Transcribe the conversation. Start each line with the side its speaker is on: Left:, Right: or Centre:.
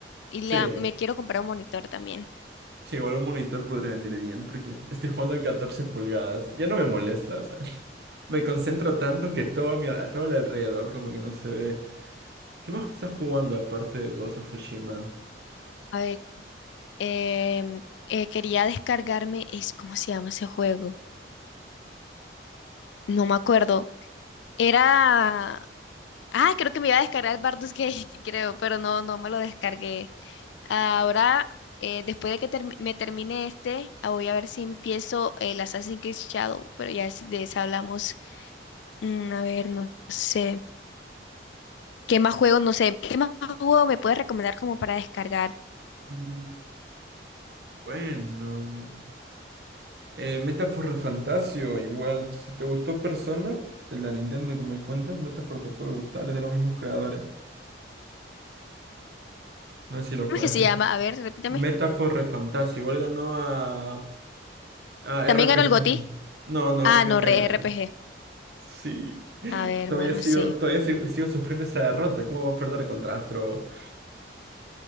Left: Y
Right: Sí,
Left: la,
Right: igual,
Left: me quiero comprar un monitor también.
Right: sí, igual un monitor podría venir bien, porque estoy jugando a 14 pulgadas. Ya no me molesta, o sea. <laughs> Me concentro tanto que todo, mi, al- todo el alrededor como que no se ve. ¿Qué más estás jugando aparte de Ghost of Tsushima?
Left: A ver, em, eh, quería descargarme, es, ¿cómo se llama ese juego? No me acuerdo. Era Ah, creo que me iba a descargar el Bardus Gate, <laughs> creo, pero no, no me lo descargué. Ahora, eh, después de que termi- me termine este, ah, voy a ver si empiezo el Assassin's Creed Shadow, pero ya es- de eso hablamos. Mm, a ver, no sé. ¿Qué más juego? No sé. ¿Qué más juego me puedes recomendar como para descargar?
Right: Mm, Bueno... Eh, Metaphor Fantasio, igual. Si te gustó Persona, de la Nintendo que me cuentas, Metaphor te puede gustar, es de los mismos creadores. No sé si lo
Left: ¿Cómo
Right: co-
Left: es que
Right: has
Left: se
Right: escuchado.
Left: llama? A ver, repítame.
Right: Metaphor Fantasio, igual ganó a, a
Left: ¿También
Right: RPG
Left: ganó el GOTY?
Right: del- No, no,
Left: Ah,
Right: RPG
Left: no, re-
Right: del año.
Left: R P G.
Right: Sí. <laughs>
Left: A ver,
Right: Todavía
Left: bueno,
Right: sigo,
Left: sí.
Right: todavía sigo, sigo sufriendo esa derrota. ¿Cómo va a perder contra Astrobot?